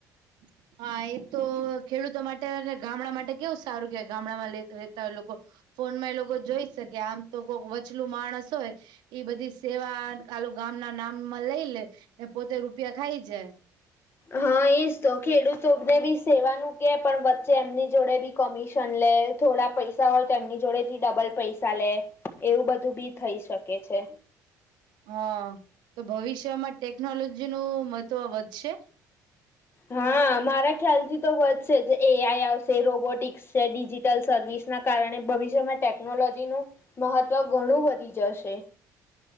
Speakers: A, on the right; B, on the left.
A: <inaudible> હા એ તો ખેડૂતો માટે અને ગામડા માટે કેવું સારું કેવાય ગામડામાં રહેેતા હોય એ લોકો ફોન માં એ લોકો જોઈ શકે આમ તો કોઈક વચલું માણસ હોય ઈ બધી સેવા કાલું ગામ ના નામમાં લઈ લે ને પોતે રૂપિયા ખાઈ જાય.
B: હા એજ તો ખેડૂતોને બી સેવાનું કે પણ વચ્ચે એમની જોડે બી કમિશન લે થોડા પૈસા હોય તો એની જોડે થી ડબલ પૈસા લે એવું બધું બી થઈ શકે છે.
A: હા તો ભવિષ્યમાં ટેકનોલોજી નું મહત્વ વધશે?
B: હા મારા ખ્યાલ થી તો વધશે જ એ આઈ આવશે રોબોટિક્સ <unintelligible> ડિજિટલ સર્વિસ ના કારણે ભવિષ્યમાં ટેકનોલોજીનું મહત્ત્વ ઘણું વધી જશે.